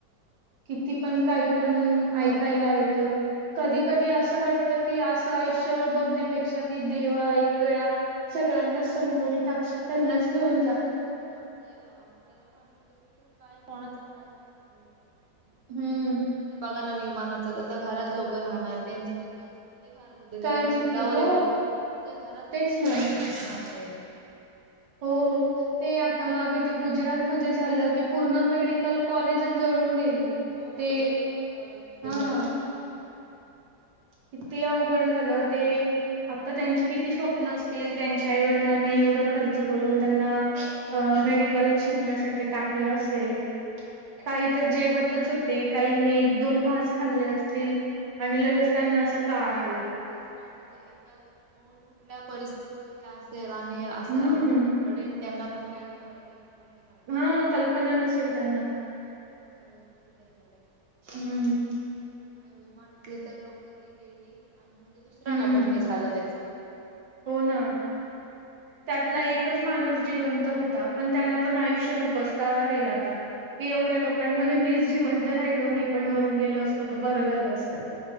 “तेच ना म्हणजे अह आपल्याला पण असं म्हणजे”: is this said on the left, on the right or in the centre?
Right